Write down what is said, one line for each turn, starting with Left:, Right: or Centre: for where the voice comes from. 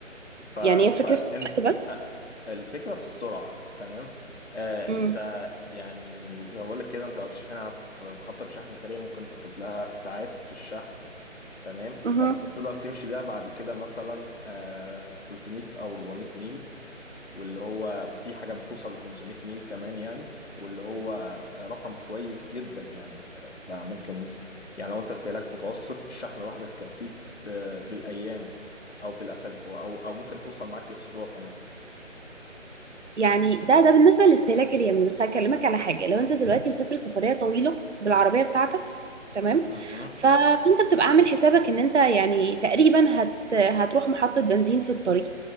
Left: ف
Right: يعني هي فكرة
Left: فانت
Right: في الوقت بس
Left: آه، الفكرة في السرعة تمام آه
Right: مم.
Left: انت يعني زي ما بقول لك كده انت لو تشحنها في محطة شحن سريع ممكن تاخد لها ساعات في الشحن تمام
Right: مهم.
Left: بس تقدر تمشي بيها بعد كده مثلا آه 300 او 400 ميل واللي هو وفي حاجات بتوصل ل 500 ميل كمان يعني واللي هو رقم كويس جدا يعني ده ممكن يعني لو انت استهلاك متوسط الشحنه الواحده تكفيك ب- بالايام او بالاسابيع او او ممكن توصل معاك لاسبوع كمان
Right: يعني ده ده بالنسبة للاستهلاك اليومي بس هكلمك على حاجة لو انت دلوقتي مسافر سفرية طويلة بالعربية بتاعتك تمام
Left: مهم.
Right: ف... فانت بتبقى عامل حسابك ان انت يعني تقريبا هت... هتروح محطة بنزين في الطريق